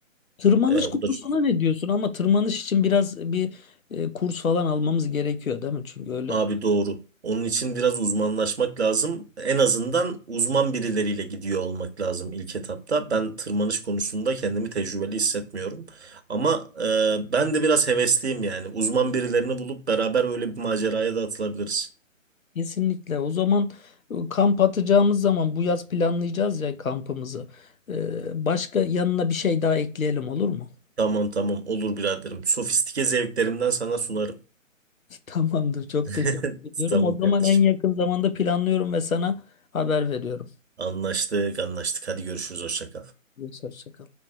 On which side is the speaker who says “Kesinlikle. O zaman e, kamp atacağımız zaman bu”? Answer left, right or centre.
Left